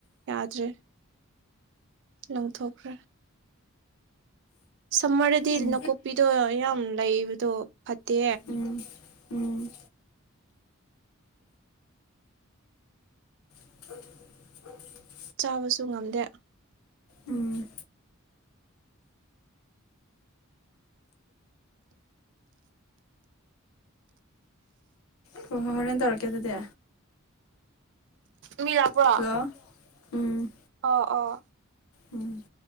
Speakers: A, on the right (about 60°); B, on the left (about 90°).
A: ꯌꯥꯗ꯭ꯔꯦ ꯂꯪꯊꯣꯛꯈ꯭ꯔꯦ ꯁꯔꯗꯤ
B: ꯎꯝ
A: ꯅꯀꯨꯞꯄꯤꯗ ꯌꯥꯝ ꯎ ꯂꯩꯏ ꯑꯗꯨꯣ ꯐꯠꯇꯦ
B: ꯎꯝ ꯎꯝ <inaudible>
A: ꯆꯥꯕꯁꯨ ꯉꯝꯗꯦ
B: ꯎꯝ ꯍꯣꯏ ꯍꯣꯏ ꯍꯣꯔꯦꯟ ꯇꯧꯔꯛꯀꯦ ꯑꯗꯨꯗꯤ
A: ꯃꯤꯂꯥ ꯄꯨꯣ
B: ꯍꯜꯂꯣ ꯎꯝ
A: ꯑꯣ ꯑꯣ
B: ꯎꯝ